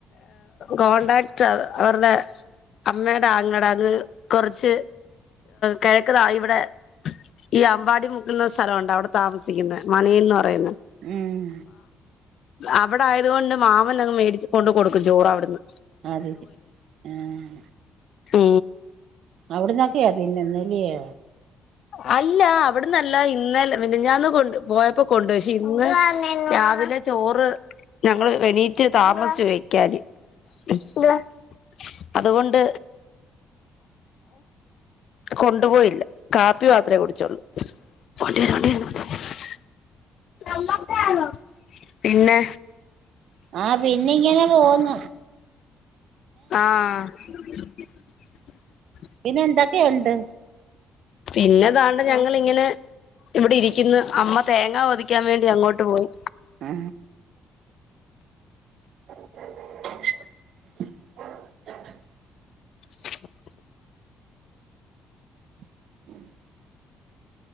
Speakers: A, on the left; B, on the right.
A: കോൺടാക്ട് അവരുടെ അമ്മേടാ ആങ്ങള അങ്ങ് കുറച്ച് കിഴക്കതാ ഇവിടെ ഈ അമ്പാടി മുക്കുന്ന സ്ഥലണ്ട അവിടെ താമസിക്കുന്ന മനയിൽ ന്ന് പറയുന്നത്
B: ഉം
A: അവിടെ ആയതുകൊണ്ട് മാമൻങ് മേടിച്ച് കൊണ്ട് കൊടുക്കും ചോറ് അവിടുന്ന്
B: അത് ഇത് ആഹ
A: ആ
B: അവിടന്നൊക്കെയാതിന്നെന്നലോ
A: അ അല്ല അവിടന്നല്ല ഇന്നലെ മിനിഞ്ഞാന്ന് പോയപ്പോ കൊണ്ട് പോയി പക്ഷെ ഇന്ന് രാവിലെ ചോറ് ഞങ്ങള് എണീറ്റ് താമസിച്ചു പോയി <unintelligible> അതുകൊണ്ട് കൊണ്ടുപോയില്ല കാപ്പി മാത്രേ കൊടു <unintelligible> പിന്നെ
B: ആഹ പിന്നെ ഇങ്ങനെ തോന്ന
A: ആഹ <inaudible>
B: പിന്നെ എന്തക്കെയ ണ്ട്
A: പിന്നെതാണ്ട് ഞങ്ങളിങ്ങനെ ഇവിടെ ഇരിക്കുന്നു അമ്മ തേങ്ങ പൊതിക്കാൻ വേണ്ടി അങ്ങോട്ട് പോയി
B: ആ <inaudible>
A: <inaudible>
B: <inaudible>